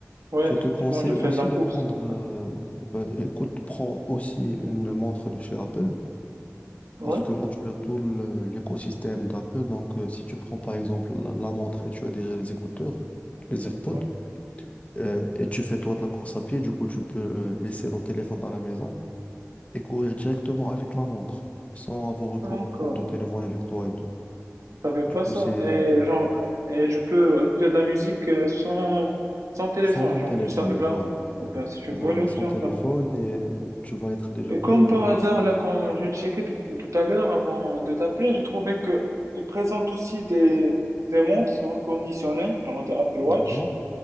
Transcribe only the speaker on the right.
ouais,
effectivement,
je fais
de la course.
Enfin,
Ouais,
ouais.
D'accord.
Je savais pas
ça.
Et
genre et je peux écouter de la musique euh, sans sans téléphone,
genre
juste avec la
main. Ouais, ben c'est une
bonne option
ça.
Et
comme
par hasard, là, quand je checkais tout, tout à l'heure avant de t'appeler, j'ai trouvé que ils présentent aussi des, des montres reconditionnées, genre des Apple Watch.